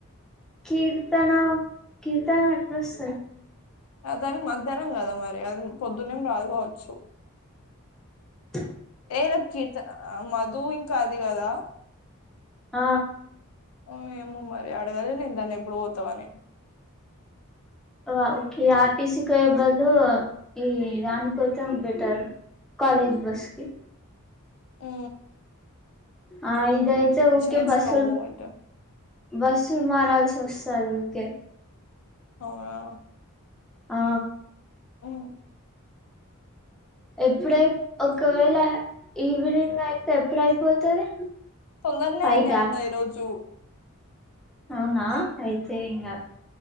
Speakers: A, in the centre; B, on the left (about 80°).
A: కీర్తన కీర్తన అడ్రస్
B: దానికి మధ్యాహ్నం కదా మరి అది పొద్దున్నేం రాదు కావచ్చు
A: అ
B: ఏ రేపు కీర్త మధు ఇంకా అది కదా
A: ఆ
B: ఆ ఏమో మరి అడగాలే నేను దాన్ని ఎప్పుడు పోతావని
A: ఓే ఊకె ఆర్టీసి కి పోయే బదులు ఈ వ్యాన్ కోటం బెటర్ కాలేజ్ బస్కి
B: ఊ
A: ఆ ఇదియితే ఊకే
B: తీసుకోవు
A: బస్
B: అయితే
A: బస్ మారాల్సి వస్తది ఊకె
B: అవునా
A: ఆ
B: ఆ
A: ఎప్పుడై ఒకవేళ ఈవినింగ్ అయితే ఎప్పుడయిపోతది
B: తొందరనే
A: ఫైకా
B: అయినా అంట ఈరోజు
A: అవునా అయితే ఇంగ